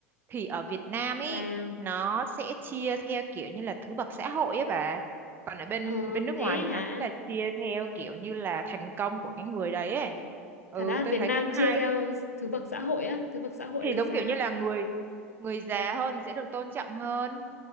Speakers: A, on the right; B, on the left.
A: thì ở Việt Nam ấy
B: Wow.
A: nó sẽ chia theo kiểu như là thứ bậc xã hội ấy bà còn ở bên
B: Ờ,
A: bên nước
B: thế
A: ngoài thì nó
B: hả?
A: sẽ là chia theo kiểu như là thành công của cái người đấy ấy ừ
B: Thật á,
A: tôi
B: Việt
A: thấy
B: Nam
A: cũng hay
B: chia theo thứ bậc xã hội á, thứ bậc xã hội
A: thì
B: là
A: giống
B: sao?
A: kiểu như là người người già hơn thì sẽ được tôn trọng hơn